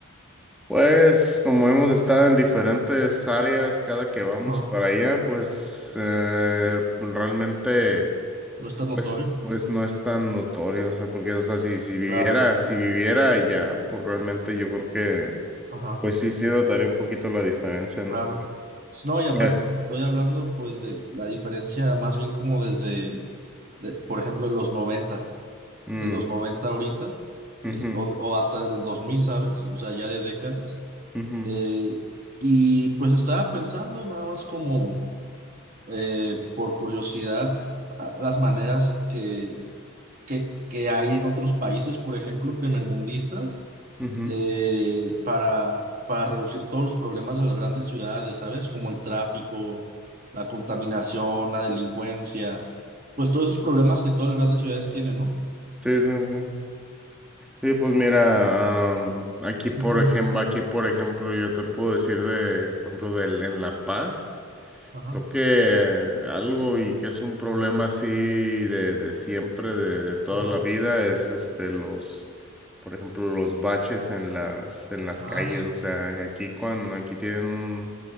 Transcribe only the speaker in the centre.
Pues como hemos estado en diferentes áreas cada que vamos
para allá, pues eh, realmente,
pues,
pues no es tan notorio, o sea, porque o sea, si, si viviera,
si viviera allá, pues realmente yo creo que,
pues sí, sí notaría un poquito la diferencia, ¿no?
Pero,
eh,
mm,
ujú.
Ujú,
ujú.
Sí, sí, sí. Sí, pues mira, am, aquí por
ejemplo, aquí por ejemplo, yo te puedo decir de, por ejemplo, del, en La Paz.
Creo que algo y que es un problema así de, de siempre, de, de toda
la vida, es este los, por ejemplo, los baches en las, en las
calles.
O sea, que aquí cuando, aquí tienen un,